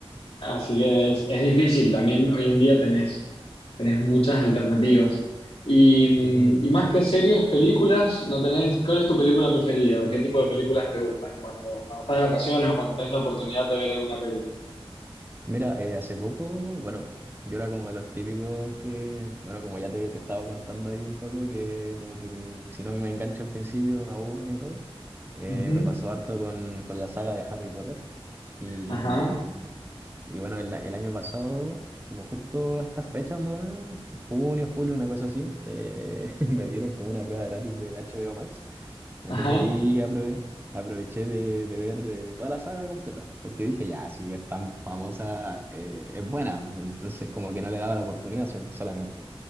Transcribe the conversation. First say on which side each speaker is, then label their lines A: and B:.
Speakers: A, on the left; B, on the right.
A: Así que es, es difícil también hoy en día tenés, tenés muchas alternativas. Y,
B: Mm,
A: mm, y más
B: sí.
A: que series, películas, no tenés, ¿cuál es tu película preferida o qué tipo de películas te gustan cuando, cuando estás de vacaciones o cuando tenés la oportunidad de ver alguna peli?
B: Mira, eh, hace poco, bueno, yo era como de los típicos que, bueno, como ya te, te estaba contando ahí un poco, que como que mm, si no me engancho al principio me aburren y todo, eh,
A: Ujú.
B: me pasó harto con, con la saga de Harry Potter. Y,
A: Ajá,
B: y bueno, el, el año pasado, como justo a estas fechas más o menos, junio, julio, una cosa así, eh, <laughs> me dieron como una prueba gratis de HBO Max. Entonces
A: ajá.
B: ahí aprove- aproveché de, de ver eh, toda la saga completa, porque dije, ya, si es tan famosa, eh, es buena, entonces como que no le daba la oportunidad sol- solamente.